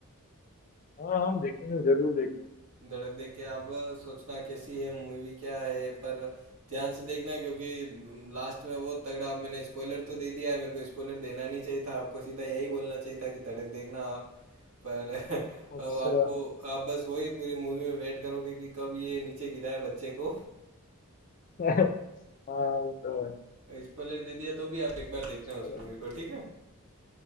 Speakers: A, on the left; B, on the right.
A: हाँ हाँ देखेंगे जरूर देखेंगे
B: धड़क देख के आप सोचना कैसी है मूवी क्या है पर ध्यान से देखना क्योंकि लास्ट में बहुत तगड़ा अब मैंने स्पॉइलर तो दे दिया है मेरे को स्पॉइलर देना नहीं चाहिए था आपको सीधा यही बोलना चाहिए था कि धड़क देखना आप पर <laughs>
A: अच्छा
B: अब आपको आप बस वही पूरी मूवी में वेट करोगे कि कब ये नीचे गिरा है बच्चे को
A: <laughs> हाँ वो तो है
B: <laughs> स्पॉइलर दे दिया तो भी आप एक बार देखना
A: चलो
B: उस मूवी को ठीक है